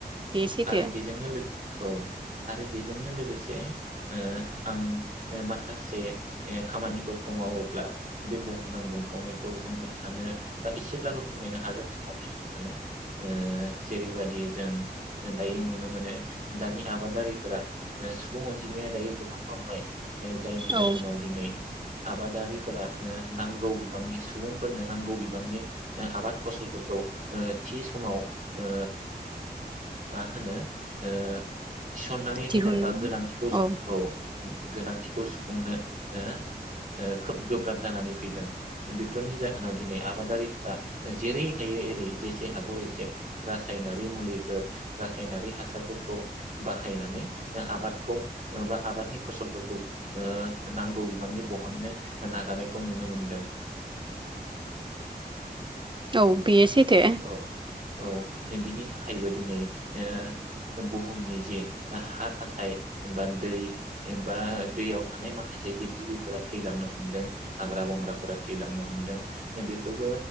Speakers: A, on the right; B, on the right.
A: बे सैथो
B: आरो बेजोंनो लोगो औ आरो बे जोंनो लोगोसे ओ आं माखासे ऐ खामानिफोरखौ मावोब्ला बे बुहुमनां दुंखावनायखौ जों होबथानो बा एसेब्लाबो खमायनो हागोन होननानै आं सानो ओ जेरैबादि जों दायो नुनो मोनो दानि आबादारिफोरा ओ सुबुं अनजिमाया दायो गोबां बांबाय ओ जायनि जाहोनाव
A: औ
B: दिनै आबादारिफोरा नांगौ बिबांनि सुबुंफोरनो नांगौ बिबांनि ओ आबाद फसलफोरखौ ओ थि समाव ओ मा होनो ओ थिसन होनो
A: दिहुन
B: बा गोनांथिखौ सुफुं
A: औ
B: औ गोनांथिखौ सुफुंनो ओ ओ खोब गोब्राब जानानै फैदों बेफोरनि जाहोनाव दिनै आबादारिफ्रा जेरै हायो एरै जेसे हागौ एसे रासायनारि मुलिफोर रासायनारि हासारफोरखौ बाहायनानै दा आबादखौ बा आबादनि फसलफोरखौ ओ नांगौ बिबांनि बहननो नाजानायखौ नुनो मोनदों
A: औ बेयो सैथो
B: औ औ बिनि थाखायबो दिनै ओ बुहुमनि जे हा थाथाय बा दै बा दैयाव थानाय माखासे जिब जिबिफोरा थैलांनो हमदों हाग्रा बंग्राफोरा थैलांनो हमदों ओ बेफोरबो